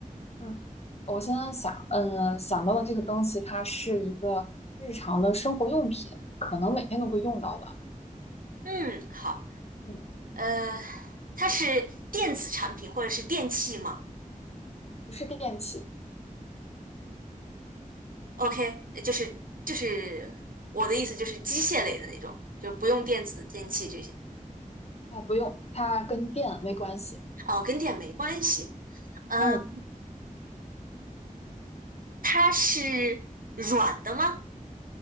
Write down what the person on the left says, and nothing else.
嗯，我现在想，嗯、想到的这个东西，它是一个日常的生活用品，可能每天都会用到的，
嗯，
不是电器
啊，不用，它跟电没关系。
嗯